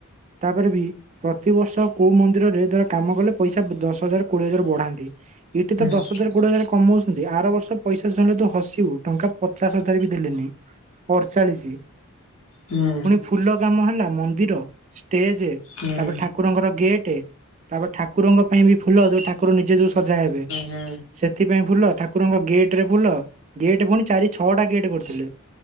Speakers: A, on the right; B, on the left.
A: ତାପରେ ବି। ପ୍ରତିିବର୍ଷ କୋଉ ମନ୍ଦିରରେ ଧର କାମ କଲେ ପଇସା ବ ଦଶ ହଜାର, କୋଡିଏ ହଜାର ବଢାନ୍ତି। ଏଠି
B: ହୁଁ।
A: ତ ଦଶ ହଜାର, କୋଡିଏ ହଜା କମଉଛନ୍ତି ଆର ବର୍ଷ ପଇସା ଶୁଣିଲେ ତୁ ହସିବୁ ଟଙ୍କା ପଚାଶ ହଜାର ବି ଦେଲେନି। ଅଠଚାଳିଶ
B: ହୁଁ
A: ପୁଣି ଫୁଲ କାମ ହେଲା ମନ୍ଦିର। ଷ୍ଟେଜେ
B: ହୁଁ
A: ତାପରେ ଠାକୁରଙ୍କର ଗେଟେ। ତାପରେ ଠାକୁରଙ୍କ ପାଇଁ ବି ଫୁଲ ଯୋଉ ଠାକୁର ନିଜେ ଯୋଉ ସଜା ହେବେ
B: ହୁଁ
A: ସେ ସେଥିପାଇଁ ଫୁଲ ଠାକୁରଙ୍କ ଗେଟ୍ ରେ ଫୁଲ ଗେଟ୍ ପୁଣି ଚାରି, ଛଅଟା ଗେଟ୍ କରିଥିଲେ।